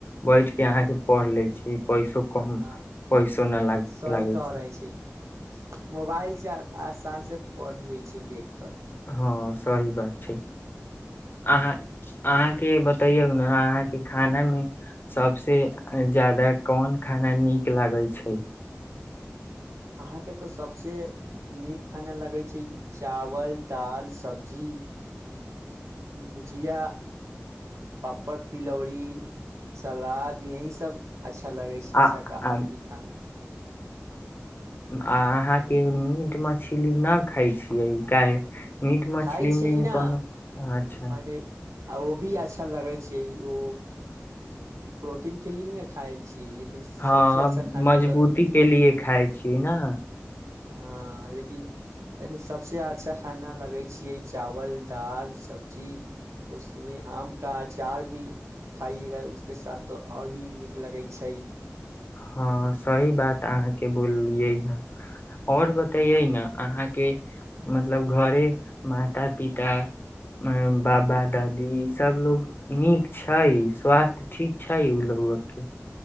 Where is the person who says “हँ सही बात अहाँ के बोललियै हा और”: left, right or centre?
Left